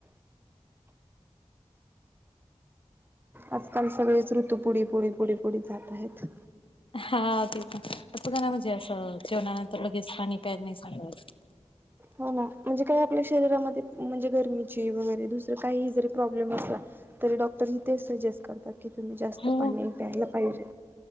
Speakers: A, on the right; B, on the left.
A: आजकाल सगळेच ऋतू पुढे पुढे पुढे पुढे जात आहेत.
B: हा ते पण. पण बगा ना म्हणजे असं, जेवणानंतर लगेच पाणी प्याच नाही सांगा
A: हो ना म्हणजे काही आपल्या शरीरामध्ये म्हणजे गरमीची वगैरे दुसरं काही जरी प्रॉब्लेम असला तरी डॉक्टर ही तेच सजेस्ट करतात की तुम्ही जास्त
B: हो
A: पाणी प्यायला पाहिजे.